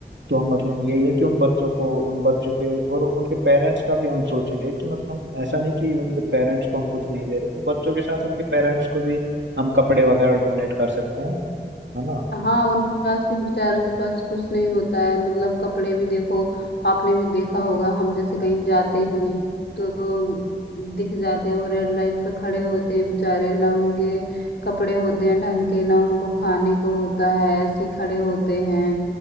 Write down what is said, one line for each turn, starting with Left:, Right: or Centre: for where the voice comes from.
Right: तो हम मतलब यही है कि उन बच्चों को उन बच्चों के और उनके पेरेंट्स का भी हम सोचेंगे कि मतलब ऐसा नहीं कि उनके पेरेंट्स को हम कुछ नहीं दे रहे तो बच्चों के साथ उनके पेरेंट्स को भी हम कपड़े वगैरह डोनेट कर सकते हैं है ना
Left: हाँ उनके पास भी बेचारों के पास कुछ नहीं होता है मतलब कपड़े भी देखो आपने भी देखा होगा हम जैसे कहीं जाते हैं तो दिख जाते हैं वो रेड लाइट पे खड़े होते हैं बेचारे ना उनके कपड़े होते हैं ढंग के ना उनको खाने को होता है ऐसे ही खड़े होते हैं